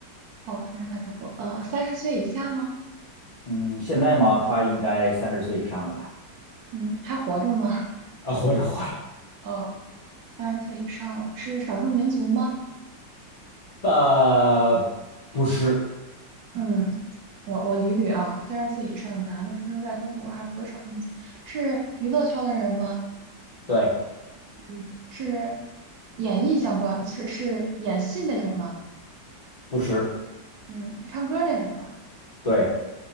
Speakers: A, on the right; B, on the left.
A: 哦，出生在中国，呃，三十岁以下吗？
B: 嗯，现在嘛，他应该三十岁以上了吧？
A: 嗯，还活着吗？
B: 啊，活着活着。
A: <laughs> 哦，三十岁以上了，是少数民族吗？
B: 呃，不是，
A: 嗯。我我捋捋啊，三十岁以上男的出生在中国还不是少数民族，是娱乐圈的人吗？
B: 对，
A: 嗯，是演艺相关，是是演戏那种吗？
B: 不是，
A: 嗯，是唱歌那种吗？
B: 对，